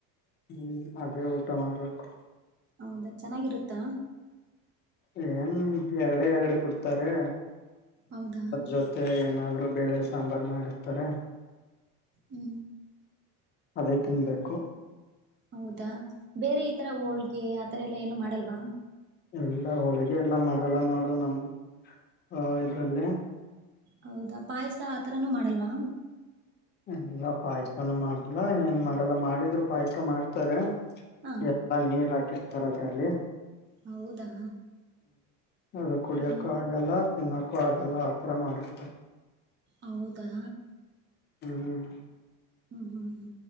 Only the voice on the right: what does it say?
ಹೌದ ಚೆನ್ನಾಗಿರುತ್ತಾ
ಹೌದಾ
ವು
ಹೌದಾ ಬೇರೆ ಈ ತರ ಹೋಳ್ಗೆ ಆತರ ಎಲ್ಲ ಏನು ಮಾಡಲ್ವಾ
ಹೌದಾ ಪಾಯಸ ಆತರಾನೂ ಮಾಡಲ್ವಾ
ಹ
ಹೌದಾ
ಹ್ಮ್
ಹೌದಾ
ಹ್ಮ್ ಹ್ಮ್ ಹ್ಮ್